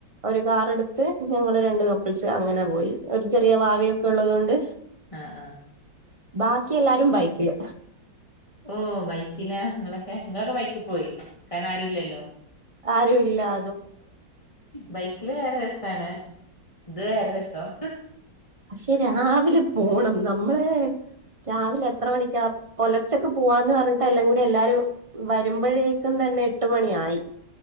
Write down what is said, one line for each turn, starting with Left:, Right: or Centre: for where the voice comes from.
Right: ഒരു കാറെടുത്ത് ഞങ്ങള് രണ്ട് കപ്പിൾസ് അങ്ങന പോയി. ഒരു ചെറിയ വാവയൊക്കെ ഉള്ളതോണ്ട്
Left: ആഹ്‌ ആഹ്‌
Right: ബാക്കിയെല്ലാരും ബൈക്കില്
Left: ഓഹ് ബൈക്കില ങ്ങളൊക്കെ ങ്ങളൊക്കെ ബൈക്കിപ്പോയി കാരണാരുല്ലല്ലോ
Right: ആരുല്ലാ
Left: ബൈക്കില് വേറെ രസാണ് ഇത് വേറെ രസം
Right: വക്ഷെ രാവിലെ പോണം നമ്മള് രാവിലെ എത്ര മണിക്കാ പൊലർച്ചക്ക് പോവാന്ന് പറഞ്ഞിട്ട് എല്ലാം കൂടി എല്ലാരും വരുമ്പോഴേക്കും തന്നെ എട്ട് മണിയായി.